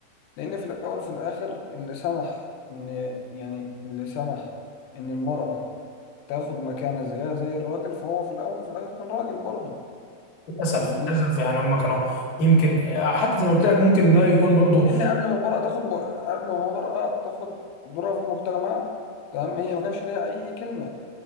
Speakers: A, on the left; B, on the left.
A: لان في الاول وفي الاخر اللي سمح ان يعني اللي سمح ان المراه تاخد مكانه زيها زي الراجل فهو في الاول وفي الاخر كان راجل برضه
B: للاسف
A: فاهمني
B: للاسف يعني هم كانوا يمكن حتى زي ما قلت لك ممكن ده يكون برضو
A: لان قبل ما المراه تاخد م... قبل ما المراه تاخد دورها في المجتمع تمام هي ما كانش ليها اي كلمه